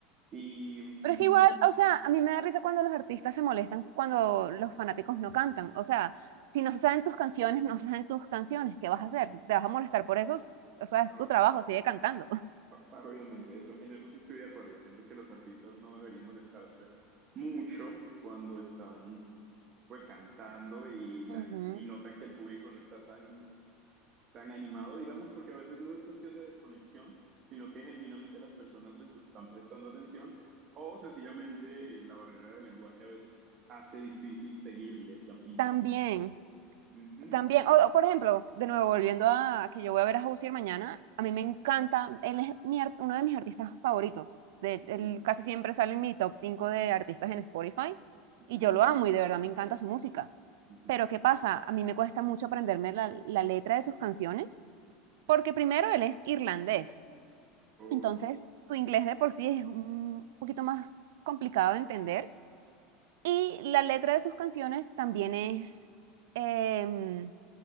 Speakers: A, on the right; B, on the right.
A: Y mm,
B: Pero es que igual, o sea, a mí me da risa cuando los artistas se molestan cuando los fanáticos no cantan. O sea, si no se saben tus canciones, no se saben tus canciones, ¿qué vas a hacer? ¿Te vas a molestar por eso? O sea, es
A: o-
B: tu trabajo, sigue cantando. <laughs>
A: o- obviamente eso, en eso sí estoy de acuerdo. Siento que los artistas no deberían molestarse mucho cuando están pues cantando y, la,
B: Ujú.
A: y notan que el público no está tan tan animado, digamos, porque a veces no es cuestión de desconexión, sino que genuinamente las personas les están prestando atención o sencillamente eh, la barrera del lenguaje a veces hace difícil seguirles la pista.
B: También,
A: Ujú,
B: también, o, o, por ejemplo, de nuevo, volviendo a que yo voy a ver a Hozier mañana, a mí me encanta, él es mi ar- uno de mis artistas favoritos. De,
A: ujú,
B: él casi siempre sale en mi top 5 de artistas en Spotify
A: ujú,
B: y yo lo amo y de verdad me encanta su música.
A: ujú.
B: Pero ¿qué pasa? A mí me cuesta mucho aprenderme la, la letra de sus canciones, porque primero él es irlandés,
A: Oh,
B: entonces su inglés de por sí es un poquito más complicado de entender y la letra de sus canciones también es, em,